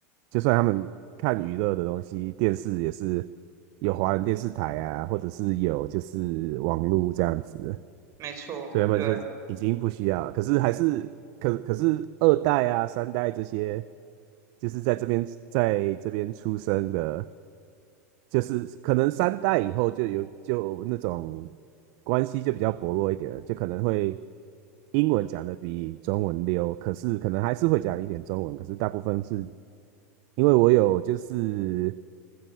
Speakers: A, on the right; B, on the right.
A: 就算他们看娱乐的东西，电视也是有华人电视台啊，或者是有就是网络这样子。
B: 没错，
A: 所以他们就已经不需要了。
B: 对。
A: 可是还是可可是二代啊、三代这些，就是在这边在这边出生的，就是可能三代以后就有就那种关系就比较薄弱一点了，就可能会英文讲的比中文溜，可是可能还是会讲一点中文，可是大部分是因为我有就是。